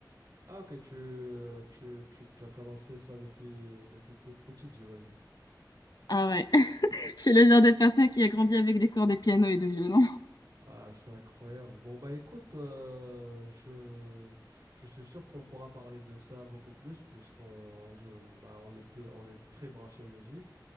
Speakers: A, on the right (about 65°); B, on the left (about 60°).
A: ah ok tu, euh, tu tu tu as commencé ça depuis depuis toute petite j'imagine
B: Ah ouais, <laughs> je suis le genre de personne qui a grandi avec des cours de piano et de violon.
A: Ah, c'est incroyable. Bon, bah écoute, euh, je, je suis sûr qu'on pourra parler de ça beaucoup plus puisqu'on joue, bah, on est plus, on est très branché musique.